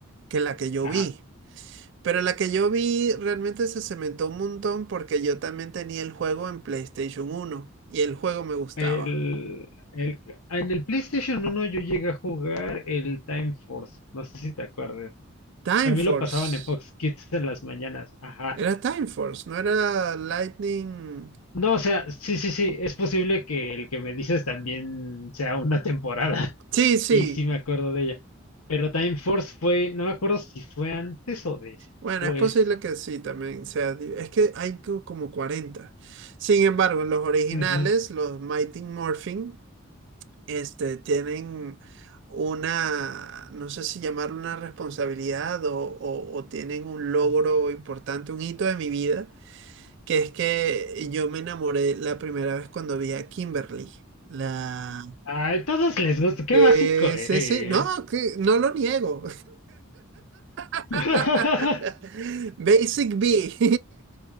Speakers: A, on the right (about 55°); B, on the left (about 85°).
A: que la que yo
B: ajá.
A: vi. Pero la que yo vi realmente se cementó un montón porque yo también tenía el juego en PlayStation uno y el juego me gustaba.
B: El, el, ah, en el PlayStation uno yo llegué a jugar el Time Force. No sé si te acuerdas.
A: Time
B: También
A: Force.
B: lo pasaban en Fox Kids en las mañanas. Ajá.
A: Era Time Force, no era Lightning.
B: No, o sea, sí, sí, sí. Es posible que el que me dices también sea una <laughs> temporada.
A: Sí, sí.
B: Y sí me acuerdo de ella. Pero Time Force fue, no me acuerdo si fue antes o después.
A: Bueno, es posible que sí también sea. di- Es que hay co- como cuarenta Sin embargo, en los originales,
B: Ujú.
A: los Mighty Morphin. este, tienen una, no sé si llamarlo una responsabilidad o, o- o tienen un logro importante, un hito de mi vida, que es que yo me enamoré la primera vez cuando vi a Kimberly. La...
B: Ay, todos les gusta, qué
A: Eh,
B: básico eres.
A: sí, sí, no, que, no lo niego. <laughs>
B: <laughs>
A: Basic B.